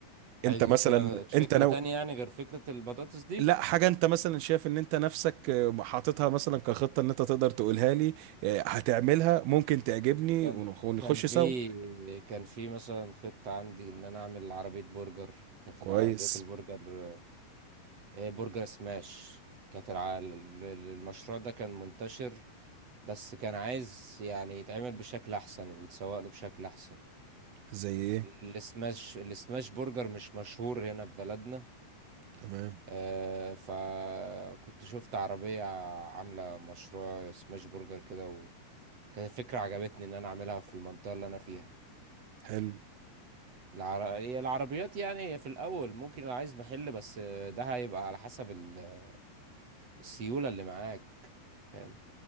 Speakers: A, on the right; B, on the right.
A: عايز
B: أنت مثلا
A: مثلا فكرة
B: أنت نو
A: تانية يعني غير فكرة البطاطس دي
B: لا حاجة أنت مثلا شايف إن أنت نفسك آه، حاططها مثلا كخطة إن أنت تقدر تقولها لي آه، هتعملها ممكن تعجبني
A: كان
B: ونخ- ونخش
A: كان في
B: سوا
A: كان في مثلا خطة عندي ان انا اعمل عربية برجر كانت
B: كويس
A: العربيات البرجر آه، برجر سماش كانت الع- ال- المشروع ده كان منتشر بس كان عايز يعني يتعمل بشكل احسن ويتسوق له بشكل احسن
B: زي إيه
A: السماش السماش برجر مش مشهور هنا في بلدنا
B: تمام
A: آه فكنت شفت عربية عاملة مشروع سماش برجر كده وكانت فكرة عجبتني ان انا اعملها في المنطقة اللي انا فيها
B: حلو
A: العر... هي العربيات يعني في الاول ممكن لو عايز محل بس ده هيبقى على حسب ال- السيولة اللي معاك فاهم